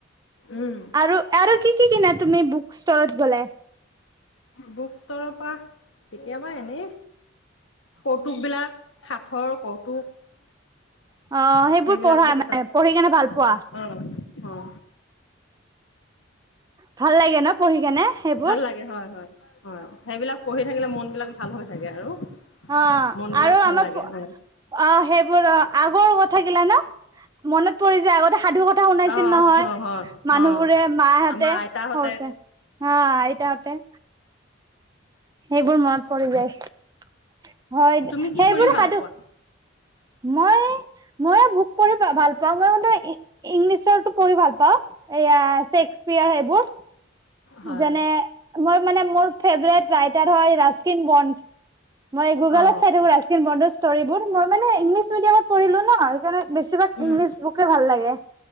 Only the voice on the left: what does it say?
উম
বুক ষ্টৰৰ পৰা কেতিয়াবা এনেই কৌতুক বিলাক সাথঁৰ কৌতুক
সেইবিলাকৰ
কিতাপ
আহ অ
ভাল লাগে হয় হয় হয় সেইবিলাক পঢ়ি থাকিলে মন বিলাক ভাল হৈ থাকে আৰু
মন বিলাক
ভাল লাগে হয়
অ
হয় হয়
অ
আমাৰ আইতাহঁতে
তুমি কি
কৰি ভাল
পোৱা
হয়
অ
উম